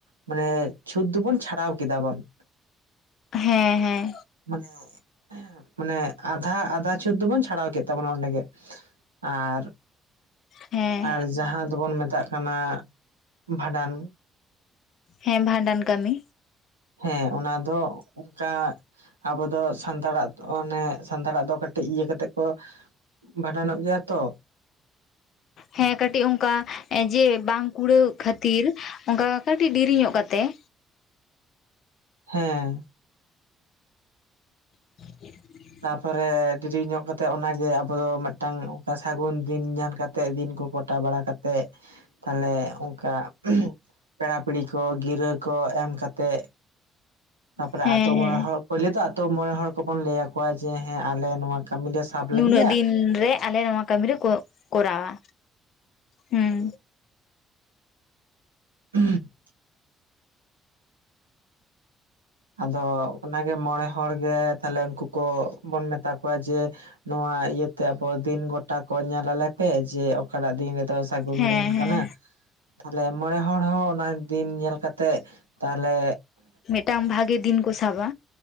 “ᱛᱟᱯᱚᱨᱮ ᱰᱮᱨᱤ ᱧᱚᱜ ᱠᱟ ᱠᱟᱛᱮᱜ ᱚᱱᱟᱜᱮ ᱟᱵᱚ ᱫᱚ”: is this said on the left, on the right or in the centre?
Right